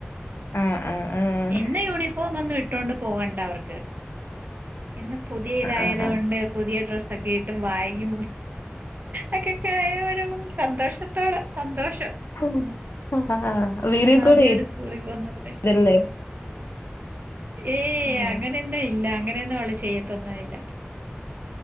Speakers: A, on the left; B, on the right.
A: ആഹ് ആഹ് ആഹ്
B: എന്നും യൂണിഫോം വന്ന് ഇട്ട ണ്ട് പോകണ്ട അവർക്ക് ഇന്ന് പുതിയ ഇതായത്
A: ആഹ്
B: കൊണ്ട് പുതിയ ഡ്ര ഒക്കെ ഇട്ട് ബായ്ഗും അക്കെക്കെ ആയ ഒരു സന്തോഷത്തോടെ സന്തോഷം
A: ആഹ് ആഹ് ആഹ് വീഡിയോ
B: ആഹ്
A: കോൾ
B: അതെയടെ സ്കൂളിൽ പോന്ന പോല്ലേ
A: ചെയ്തല്ലേ
B: ഏയ്
A: ആഹ്
B: അങ്ങനെയൊന്നും ഇല്ല അങ്ങനെയൊന്നും അവള് ചെയ്യത്തൊന്നും ഇല്ല